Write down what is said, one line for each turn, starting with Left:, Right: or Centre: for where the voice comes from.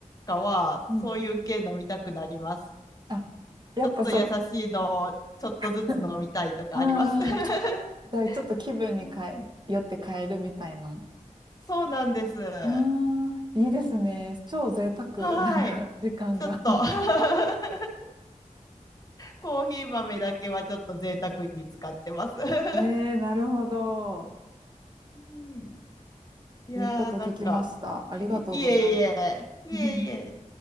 Left: かは、
Right: うん。
Left: そういう系飲みたくなります。
Right: あ、やっぱそう。
Left: ちょっと優しいのをちょっとずつ飲みたいとかあります。
Right: <laughs> うん。
Left: <laughs>
Right: じゃあちょっと気分に変え、
Left: うん、
Right: よって変えるみたいな。
Left: <laughs> そうなんです。は
Right: うーん、いいですね。超贅沢、
Left: ーい。
Right: なんか時間が。
Left: ちょっと
Right: <laughs>
Left: <laughs> コーヒー豆だけはちょっと贅沢に使ってます。<laughs>
Right: えー、なるほど。
Left: うんいやーなんか
Right: いいこと聞きました。ありがとうございます。
Left: <laughs> いえいえ、いえいえ、
Right: <laughs>